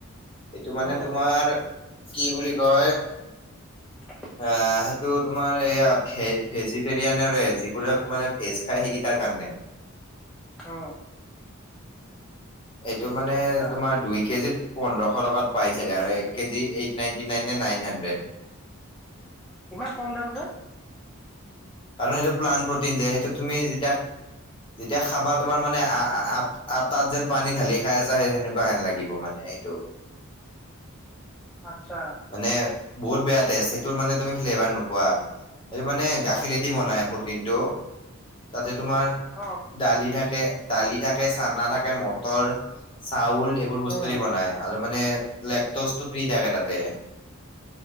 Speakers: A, on the left (about 25°); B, in the centre.
A: এইটো মানে
B: উম,
A: তোমাৰ কি বুলি কয়
B: <inaudible>
A: অ সেইটো তোমাৰ এইয়া ভে ভেজিটেৰিয়ানৰে যিবো মানে ভেজ খায় সেইকেইটাৰ কাৰণে।
B: অ।
A: এইটো মানে
B: আচ্ছা
A: তোমাৰ দুই কেজিত পোন্ধৰশ টকাত পাই চাগে আৰু এক কেজি এইট নাইনটি নাইন নে নাইন হাণ্ড্ৰেড।
B: ইমান কম দাম যে?
A: কাৰণ সেইটো প্লান প্ৰ'টিন যে সেইটো তুমি যেতিয়া যেতিয়া খাবা তোমাৰ মানে আ আ আটাত যেন পানী ঢালি খাই আছা সেই সেনেকুৱা হেন লাগিব মানে সেইটো।
B: আচ্ছা
A: মানে বহুত বেয়া টেষ্ট সেইটো মানে তুমি ফ্লেভাৰ নোপোৱা সেইটো মানে গাখীৰ গাখীৰৰে দি বনাই প্ৰ'টিনটো তাতে তোমাৰ।
B: অ',
A: দালি থাকে দালি থাকে চানা থাকে মটৰ। চাউল এইবোৰ বস্তু
B: উম,
A: দি বনাই। আৰু মানে লেকটচটো ফ্ৰী থাকে তাতে।